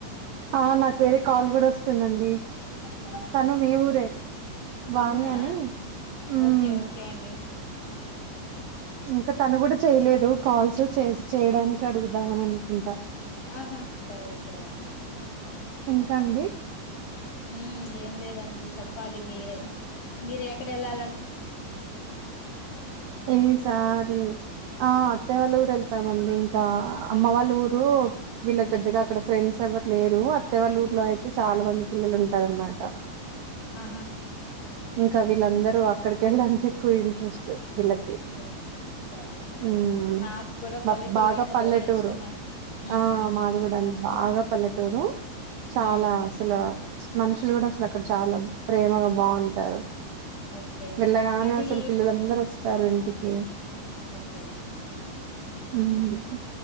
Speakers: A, on the right; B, on the left.
A: ఆ నాకు వేరే కాల్ గూడా వస్ వస్తుందండి
B: మ్
A: తను మీ ఊరే వాణి
B: అవునా
A: అని ఉమ్
B: ఓకే ఓకే అండి
A: ఇంకా తను కూడా చేయిలేదు కాల్స్ చే చేయడానికి కఅడుగుదామని అనుకుంటా
B: ఆహా సరే సరే అండి
A: ఇంకాండి
B: ఉమ్ ఏం లేదండి చెప్పాలి మీరే మీరు ఎక్కడ వెళ్ళా
A: ఏ సారి ఆ అత్తే వాళ్ళ ఊరు వెళ్తామండి ఇంకా
B: ఆహా
A: అమ్మ వాళ్ళ ఊరు వీళ్ళకి
B: ఉమ్
A: పెద్దగా అక్కడ ఫ్రెండ్స్ ఎవరు లేరు అత్తెవాళ్ల ఊర్లో అయితే చాలా మంది పిల్లలు ఉంటారనమాట
B: ఆహా
A: ఇంకా వీళ్ళందరూ అక్కడికి వెళ్ళడానికి ఎక్కువ ఇంట్రెస్ట్ వీళ్ళకి
B: ఓకే సరే సరే
A: ఉమ్
B: అండి నాకు కూడా పల్లెటూరు
A: బాగా
B: అంటే
A: పల్లెటూరు
B: భలే ఇష్టం అండి ఉమ్
A: ఆ
B: ఉమ్
A: మాది కూడా అండి బాగా పల్లెటూరు చాలా
B: ఉమ్
A: అసలు మనుషులు కూడా అసలు అక్కడ చాలా ప్రేమగా బాగుంటారు
B: ఓకే
A: వెెళ్ళగానే
B: అది
A: అసలు పిల్లల అందరు వస్త వస్తారు ఇంటికి
B: ఓకే
A: హ్మ్.